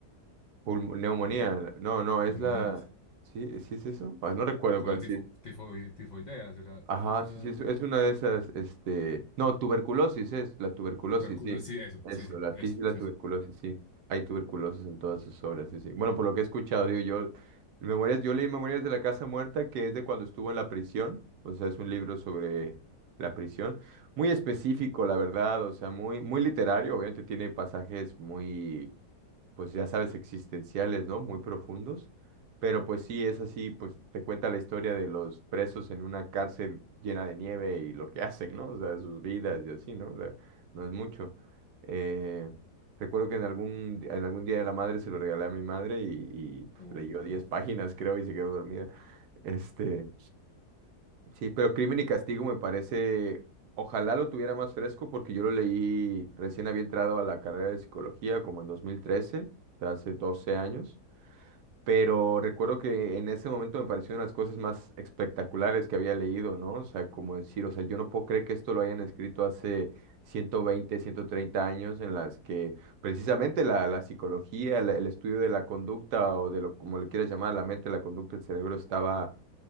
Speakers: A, on the right (about 80°); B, on the left (about 70°).
A: pulmo- neumonía.
B: como ti-
A: No, no, es
B: neumonías,
A: la... ¿Sí, sí es eso? Ay, no recuerdo
B: como
A: cuál
B: la tifo,
A: sí.
B: tifoi- tifoidea será
A: Ajá,
B: esa...
A: sí, sí, es, es una de esas, este, no, tuberculosis es, la tuberculosis,
B: tuberculosis,
A: sí,
B: sí, eso,
A: eso,
B: sí, sí,
A: la
B: eso,
A: tis y la
B: sí,
A: tuberculosis,
B: sí.
A: sí, hay tuberculosis en todas sus obras, sí, sí, bueno, por lo que he escuchado, digo, yo, memorias, yo leí Memorias de la Casa Muerta, que es de cuando estuvo en la prisión, o sea, es un libro sobre la prisión, muy específico, la verdad, o sea, muy, muy literario, obviamente tiene pasajes muy pues ya sabes, existenciales, ¿no? Muy profundos. Pero pues sí, es así, pues te cuenta la historia de los presos en una cárcel llena de nieve y lo que hacen, ¿no? O sea, sus vidas
B: Mm.
A: y así, ¿no? O sea, no es mucho. Eh, recuerdo que en algún, en algún día de la madre se lo regalé a mi madre y, y, pues,
B: Uy,
A: leyó
B: no.
A: 10
B: <laughs>
A: páginas, creo, y se quedó dormida. Este, Sí, pero Crimen y Castigo me parece, ojalá lo tuviera más fresco porque yo lo leí recién había entrado a la carrera de psicología como en 2013, o sea, hace 12 años, pero recuerdo que en ese momento me pareció una de las cosas más espectaculares que había leído, ¿no? O sea, como decir, o sea, yo no puedo creer que esto lo hayan escrito hace ciento veinte, ciento treinta años en las que precisamente la, la psicología, la- el estudio de la conducta o de lo como le quieras llamar, la mente, la conducta, el cerebro estaba